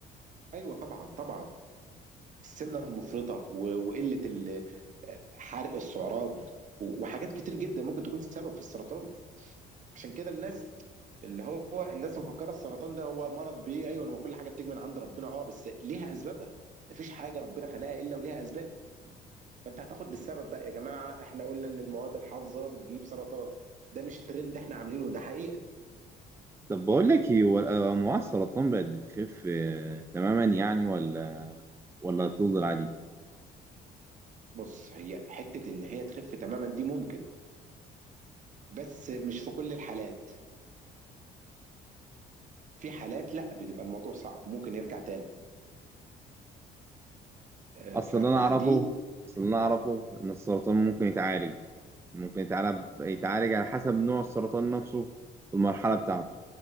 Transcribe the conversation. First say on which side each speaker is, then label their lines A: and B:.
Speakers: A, on the right (about 45°); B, on the right (about 15°).
A: ايوه طبعا طبعا السمنه المفرطه و- وقله ال- حرق السعرات و- وحاجات كتير جدا ممكن تكون سبب في السرطان عشان كده الناس اللي هو الناس مفكره السرطان ده هو مرض بيه ايوه وكل حاجه بتيجي من عند ربنا اه بس ليها اسبابها مفيش حاجه ربنا خلقها الا وليها اسباب فانت هتاخد بالسبب بقى يا جماعه احنا قلنا ان المواد الحافظه بتجيب سرطان ده مش ترند احنا عاملينه ده حقيقه
B: طب بقول لك ايه هو انواع السرطان بقت بتخف آه، تماما يعني ولا ولا تفضل عادي
A: بص هي حته ان هي تخف تماما دي ممكن بس مش في كل الحالات في حالات لا بتبقى الموضوع صعب ممكن يرجع تاني آه،
B: اصل
A: ف-
B: اللي
A: فدي
B: انا اعرفه اصل اللي انا اعرفه ان السرطان ممكن يتعالج ممكن يتعالج يتعالج على حسب نوع السرطان نفسه والمرحله بتاعته